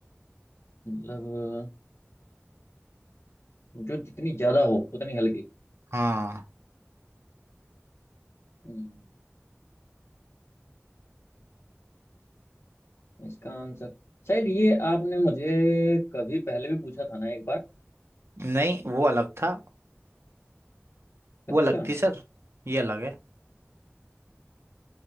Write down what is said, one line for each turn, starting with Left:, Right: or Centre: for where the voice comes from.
Left: मतलब जो जितनी ज्यादा हो उतनी हल्की
Right: हाँ
Left: हम्म, इसका आंसर शायद ये आपने मुझे कभी पहले भी पूछा था ना एक बार
Right: नहीं वो अलग था
Left: अच्छा
Right: वो अलग थी सर ये अलग है